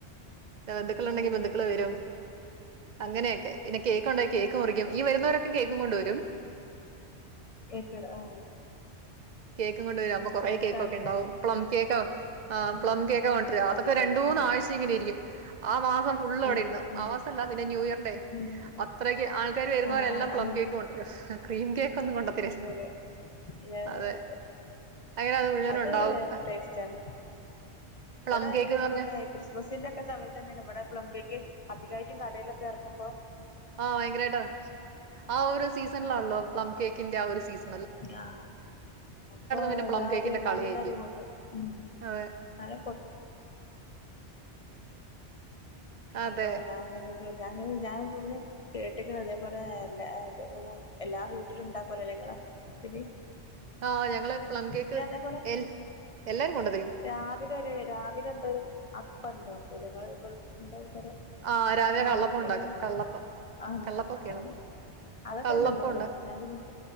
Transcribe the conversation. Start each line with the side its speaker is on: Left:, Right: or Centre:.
Right: ബന്ധുക്കളുണ്ടെങ്കി
Left: ആഹ്
Right: ബന്ധുക്കള് വരും അങ്ങനെയൊക്കെ പിന്നെ കേക്ക്ണ്ടേ കേക്ക് മുറിക്കും ഈ വരുന്നവരൊക്കെ കേക്കും കൊണ്ട് വരും
Left: എക്കട ആഹ്
Right: കേക്ക് കൊണ്ട് വരാ കൊറേ
Left: രസാണ്ല്ലേ
Right: കേക്കൊക്കെ ഇണ്ടാവും പ്ലം കേക്ക് ആ
Left: ഉം
Right: പ്ലം കേക്കാ കൊണ്ടരാ അതൊക്കെ
Left: അധികം
Right: രണ്ട് മൂന്നാഴ്ച
Left: ഉം
Right: ഇങ്ങനെരിക്കും ആഹ് മാസം ഫുള്ള്
Left: ആയിരിക്കും
Right: അഒടിം ഇണ്ടാവും
Left: ഉം
Right: ആവാസല്ല പിന്നെ ന്യൂ ഇയർ ഡേ
Left: ഉം
Right: അത്രക്ക് ആൾക്കാര് വരുന്നവരെല്ലാം
Left: ആഹ് ആഹ്
Right: പ്ലം
Left: ആഹ്
Right: കേക്ക് കൊ ക്രീം കേക്ക് ഒന്നും <unintelligible>
Left: നല്ലൊരു <unintelligible>
Right: അത്
Left: അതെ
Right: അങ്ങനെ അത് മുഴുവനും
Left: അതൊരു
Right: ഉണ്ടാവും.
Left: വേറെരു ടേസ്റ്റാണ്.
Right: പ്ലം
Left: ഇവടെ
Right: കേക്ക്ന്ന്
Left: ഇതേ
Right: പറഞ്ഞാ
Left: പോലെ ക്രിസ്മസിന്റെ ഒക്കെ സമയത്ത് തന്നെയാണ് ഇവടെ പ്ലം കേക്ക് അധികായിട്ടും കടേലൊക്കെ എർങ്ങുമ്പം
Right: ആ ഭയങ്കരായിട്ട ആ ഒരു സീസൺലാണല്ലോ
Left: ആഹ്
Right: പ്ലം കേക്കിന്റെ ആ ഒരു സീസ്
Left: <unintelligible> അപ്പൊ
Right: പിന്നെ
Left: എല്ലാരും
Right: പ്ലം കേക്കിന്റെ
Left: എല്ലാരും
Right: കളിയായിരിക്കും.
Left: കൊണ്ട് ഉം
Right: അതെ
Left: <unintelligible>
Right: അതെ
Left: അപ്പൊ ഞാൻ ഇങ്ങനെ <unintelligible> ഞാൻ പിന്നെ കേട്ട്ക്ക്ണ് അതേ പോലെ എല്ല <unintelligible> എല്ലാ വീട്ടിലും ഇണ്ടാക്കല്ലോലേ ഇങ്ങളെ <unintelligible>
Right: ആ ഞങ്ങള് പ്ലം കേക്ക്
Left: പിന്നെ അതേപോലെ
Right: എൽ എല്ലാരും കൊണ്ട് തരും
Left: രാവിലെ ഒര് രാവിലെ എന്തോ ഒര് അപ്പ ഇണ്ടാക്കുലേ ഇങ്ങളെ <unintelligible> എന്താ അയ്ന് പറയാ?
Right: ആഹ് രാവിലെ
Left: രാ
Right: കള്ളപ്പം ഉണ്ടാക്കും
Left: ഒര്
Right: കള്ളപ്പം
Left: ആ
Right: കള്ളപ്പൊക്കെയാണോ?
Left: ആ <unintelligible> അതക്കെ
Right: കള്ളപ്പം
Left: ഞാൻ തിന്ന്ക്ക്ണ്
Right: ഉണ്ടാ
Left: <unintelligible>